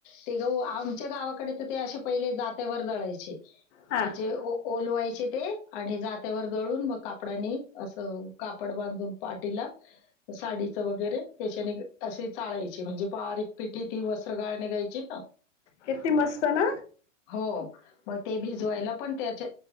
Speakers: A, on the left; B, on the left.
A: ते गहु आमच्या गावाकडे तर ते असे पहिले जात्यावर दळायचे.
B: हा
A: म्हणजे ओ ओलवायचे ते, आणि जात्यावर दळून मग कापडाने, असं कापड बांधून पाटीला, आस साडीचं वगैरे त्याच्याने अशी चाळायची, म्हणजे बारीक पिटी ती, वस्त्र गाळ निगायची ना,
B: किती मस्त ना
A: हो, मग ते भिजवायला, पन त्याच्या,